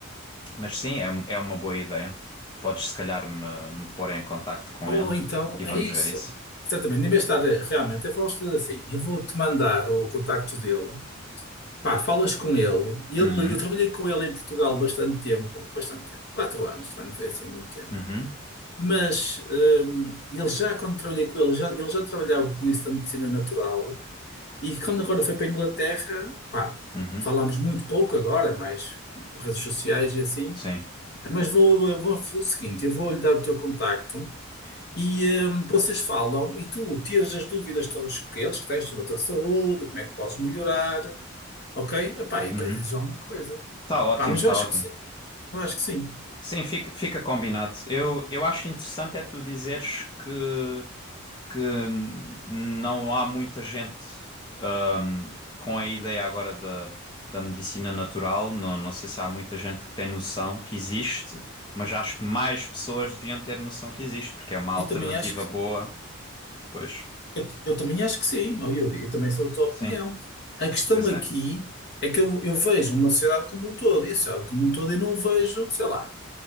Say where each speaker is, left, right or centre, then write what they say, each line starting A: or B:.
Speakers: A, on the left (about 20°); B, on the left (about 50°).
A: mas sim, é, é uma boa ideia. Podes se calhar me, me pôr em contacto com
B: Ou,
A: ele
B: ou então
A: e
B: é
A: vamos
B: isso.
A: ver isso.
B: Exatamente. Em vez de estar eh, realmente, eu vamos fazer assim. Eu vou-te mandar o contacto dele. Pá, falas com ele. Ele,
A: Uhum,
B: eu trabalhei com ele em Portugal bastante tempo, bastante tempo, quatro anos, também não foi assim muito tempo.
A: uhum,
B: Mas hum, ele já, quando trabalhei com ele, já, ele já trabalhava com isso da medicina natural. E quando agora foi para a Inglaterra, pá,
A: uhum.
B: falámos muito pouco agora, mais por redes sociais e assim.
A: Sim.
B: Mas vou, vou fazer o seguinte: eu vou-lhe dar o teu contacto. E hum, vocês falam e tu tiras as dúvidas todas que eles que tens sobre a tua saúde, como é que podes melhorar, ok? Epá, e depois
A: Uhum.
B: dizes alguma coisa.
A: Tá ótimo,
B: Pá, mas
A: tá
B: eu acho
A: ótimo.
B: que sim, eu acho que sim.
A: Sim, fica, fica combinado. Eu, eu acho interessante é tu dizeres que, que não há muita gente hum, com a ideia agora da, da medicina natural. Não, não sei se há muita gente que tem noção que existe, mas acho que mais pessoas deviam ter noção que existe, porque é uma alternativa
B: Eu também acho que,
A: boa. Pois,
B: eu, eu também acho que sim, ó Yuri, eu também sou da tua opinião.
A: sim,
B: A questão
A: pois
B: aqui
A: é.
B: é que eu, eu vejo uma sociedade como um todo, e a sociedade como um todo eu não vejo, sei lá,